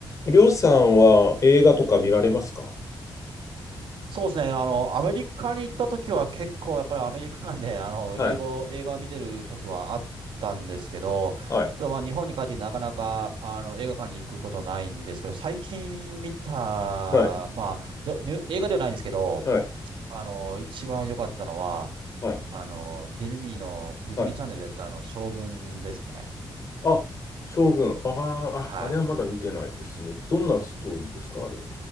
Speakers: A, on the left; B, on the right.
A: りょうさんは映画とか見られますか
B: そうですね。あの、アメリカに行った時は結構やっぱりアメリカなんで、あの、
A: はい、
B: 英語、映画を見てる時はあったんですけど、ちょっとまあ日本に帰ってきてなかなか、
A: はい、
B: あの、映画館に行くことないんですけど、最近見た、
A: はい、
B: まあ、ど映画ではないんですけど、
A: はい、
B: あの、一番良かったのは、
A: はい、
B: あの、ディズニーの、ディズニーチャンネルでやったあの、
A: はい。
B: 将軍ですね。
A: あ、将軍。ああ、ああれはまだ見てないですね。
B: はい。
A: どんなストーリーですか、あれ。